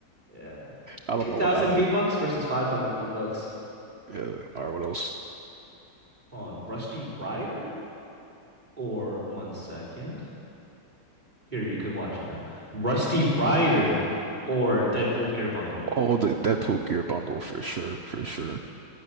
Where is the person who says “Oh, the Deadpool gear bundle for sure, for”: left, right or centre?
Right